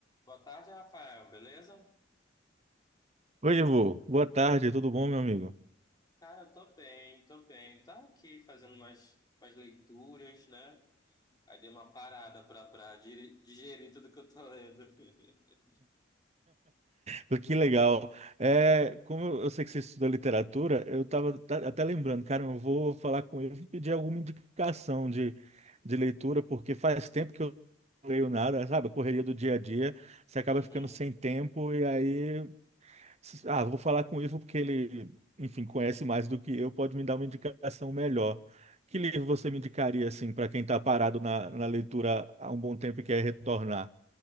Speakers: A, on the left; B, on the right.
A: Boa tarde, Rafael, beleza?
B: Oi, Ivo. Boa tarde, tudo bom, meu amigo?
A: Cara, eu tô bem, tô bem. Tá aqui fazendo umas, umas leituras, né? Aí dei uma parada pra, pra dire- digerir tudo que eu tô lendo. <laughs>
B: <laughs> Que legal. É, como eu sei que você estuda literatura, eu estava até lembrando, cara, eu vou falar com ele e pedir alguma indicação de, de leitura, porque faz tempo que eu não leio nada, sabe? A correria do dia a dia, você acaba
A: Uhum.
B: ficando sem tempo e aí, ah, vou falar com o Ivo porque ele, enfim, conhece mais do que eu, pode me dar uma indicação melhor. Que livro você me indicaria, assim, para quem está parado na, na leitura há um bom tempo e quer retornar?